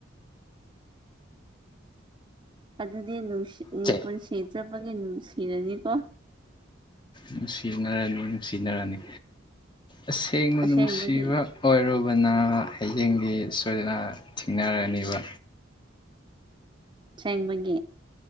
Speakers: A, on the right; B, on the left.
A: ꯑꯗꯨꯗꯤ ꯅꯨꯡꯁꯤ
B: ꯆꯦ
A: ꯄꯨꯟꯁꯤ ꯆꯨꯞꯕꯒꯤ ꯅꯨꯡꯁꯤꯔꯅꯤꯀꯣ
B: ꯅꯨꯡꯁꯤꯅꯔꯅꯤ ꯅꯨꯡꯁꯤꯅꯔꯅꯤ ꯑꯁꯦꯡꯕ
A: ꯑꯁꯦꯡꯕꯒꯤ
B: ꯅꯨꯡꯁꯤꯕ ꯑꯣꯏꯔꯣ ꯑꯗꯨꯅ ꯍꯌꯦꯡꯗꯤ ꯁꯣꯏꯗꯅ ꯊꯦꯡꯅꯔꯅꯦꯕ
A: ꯁꯦꯡꯕꯒꯤ